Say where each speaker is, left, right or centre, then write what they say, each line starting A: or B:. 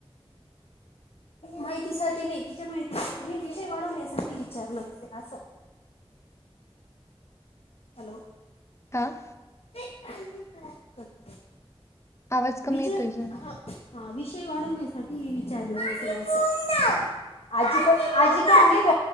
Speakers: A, on the left; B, on the left.
A: माहितीसाठी नी तिच्या माहितीसाठी मी विषय वाढवण्यासाठी विचारलं असेल असं. हॅलो!
B: हां!
A: <unintelligible>
B: आवाज कमी
A: विचय
B: येतोय जरा
A: हा, हा विषय वाढवण्यासाठी विचारलं असेल असं. आजीकड आजी काून घे ब